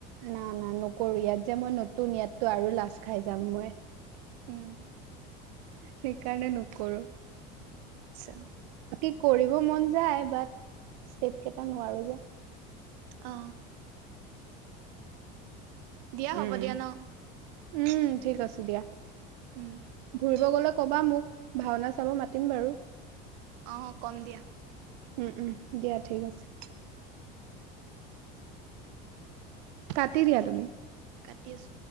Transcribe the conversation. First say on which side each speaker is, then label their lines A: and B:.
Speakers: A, on the right; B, on the right.
A: না না নকৰো ইয়াত যে মই নতুন, ইয়াতো আৰু লা ছ খাই যাম মই,
B: উম
A: সেইকাৰণে নকৰো।
B: আচ্ছা।
A: বাকী কৰিব মন যায়, বাট ষ্টেপ কেইটা নোৱাৰো যে।
B: অ। দিয়া হ'ব
A: উম,
B: দিয়া ন
A: উম ঠিক আছে দিয়া।
B: উম।
A: ঘুৰিব গ'লে ক'বা মোক, ভাওনা চাব মাতিম বাৰু।
B: অ', কম দিয়া।
A: উম, উম দিয়া ঠিক আছে। কাটি দিয়া তুমি।
B: কাটি আছোঁ।